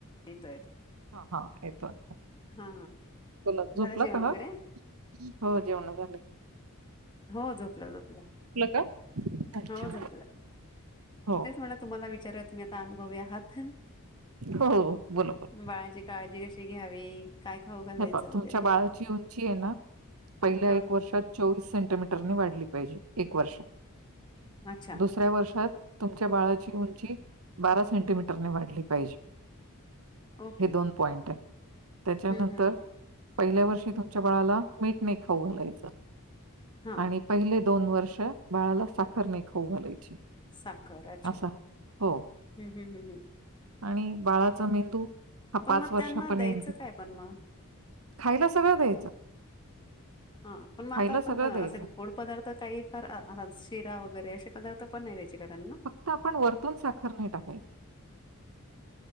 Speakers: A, on the left (about 20°); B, on the right (about 75°).
A: येतो येतो.
B: हा येतोच
A: हा
B: तुला
A: झालं
B: झुपला
A: जेवण
B: का
A: वगैरे
B: हो जेवण झालं
A: हो झोपलं झपलं
B: का? अच्छा.
A: हो झपलं.
B: हो.
A: तेच मला तुम्हाला विचार प्र्ञता अुभव आहात
B: हो, हो. बोला, बोला.
A: बाळांची काळजी कशी घ्यावी. काय खाऊ घालायचं
B: हे
A: वगैरे
B: तुमच्या बाळाची उंची आहे ना पहिल्या
A: हा
B: एक वर्षात चोवीस सेंटीमीटर वा पाजे एक वर्ष
A: अच्छा
B: दुसऱ्या वर्षात तुमच्या बाळाची उंची बारा सेंटीमीटरने वाढली पाहिजे
A: ओके
B: हे दोन पॉइंट आहे. त्याच्यानंतर-
A: हम्म हम्म.
B: पहिल्या वर्षी तुमच्या बाळाला मीठ नाही खाऊ घालायचं.
A: हा
B: आणि पहिले- दोन वर्ष बाळाला साखर नाही खाऊ घालायची.
A: साखर अच्छा.
B: असा. हो
A: हम्म हम्म हम्म हम्म.
B: आणि बाळाचा मेंदू- हा
A: पण मग
B: वर्षापर्यंत
A: त्यांना द्यायचं काय? पण मग?
B: खायला सगळं द्यायचं.
A: हा. पण मग आता
B: खायला
A: आपण
B: सगळं
A: असे
B: द्यायचं.
A: गोड पदार्थ काही फार शिरा वगैरे- एकदा तर पण नाही- का त्यांना
B: फक्त आपण वरतून साखर नाही टाकायची.